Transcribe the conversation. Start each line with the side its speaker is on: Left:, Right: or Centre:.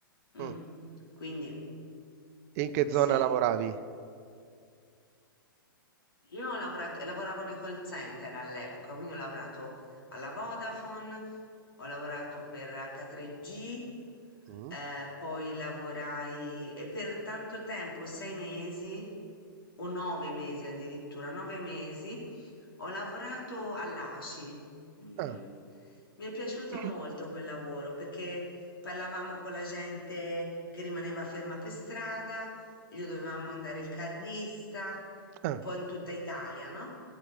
Left: Mm,
Right: Mm.
Left: Quindi,
Right: E in che
Left: sì.
Right: zona lavoravi?
Left: Io ho lavorato, lavoravo nel call center all'epoca, quindi ho lavorato alla Vodafone, ho lavorato per H3G,
Right: Mm.
Left: eh, poi lavorai e per tanto tempo, sei mesi o nove mesi addirittura, nove mesi, ho lavorato all'ASI. Mm.
Right: Ah.
Left: Mi è piaciuto
Right: <clears throat>
Left: molto quel lavoro perché parlavamo con la gente che rimaneva ferma per strada e gli dovevamo andare il carrista,
Right: Ah.
Left: un po' in tutta Italia, no?